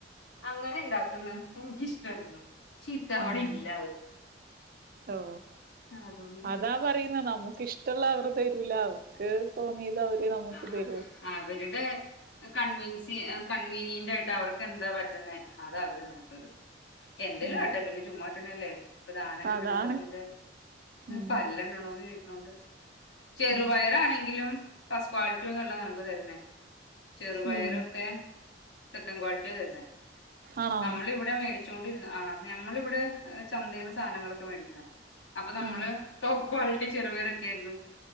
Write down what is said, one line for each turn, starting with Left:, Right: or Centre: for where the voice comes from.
Left: അങ്ങനെ ഉണ്ടാക്കുന്നത് എനിക്ക്ഷ്ടായിരുന്നു ചീത്തവണ
Right: ഉം
Left: ഇല്ലത്
Right: ഓ
Left: അതോണ്ട്
Right: അതാ പറയുന്ന നമുക്ക് ഇഷ്ടമുള്ള അവർ തരൂല അവർക്ക് തോന്നിയത് അവര്നമുക്ക്
Left: ആ
Right: തരൂ
Left: അവരുടെ കൺവീൻസി കൺവീനിയന്റ് ആയിട്ട് അവർക്ക് എന്താ പറ്റുന്ന അത് അവര് നമുക്കൊരു എന്തേലോ
Right: ഉം
Left: ആട്ടാ പിന്നെ ചുമ്മാട്ടണല്ലേ ഇപ്പൊ ദാനം കിട്ടണ
Right: അതാണ്
Left: പശുവിന്റെ
Right: ഉം
Left: പല്ലണന്ന് ചോദിക്കണോണ്ട് ചെറുപയറ്
Right: ഉം
Left: ആണെങ്കിലും ഫസ്റ്റ് ക്വാളിറ്റി അല്ല നമുക്ക് തരുന്നേ ചെറുപയറൊക്കെ
Right: ഉം
Left: സെക്കൻഡ് ക്വാളിറ്റി തരുന്നത്
Right: ആണോ
Left: നമ്മളിവിടെ മേടിച്ച വച്ചോണ്ടിരുന്ന ആഹ് നമ്മളിവിടെ ചന്തേന്ന് സാധനങ്ങളൊക്കെ മേടിച്ചതാ അപ്പൊ നമ്മള്
Right: ഉം
Left: ട്ടോ ക്വാളിറ്റി ചെറുപയറൊക്കെ ആയിരുന്നു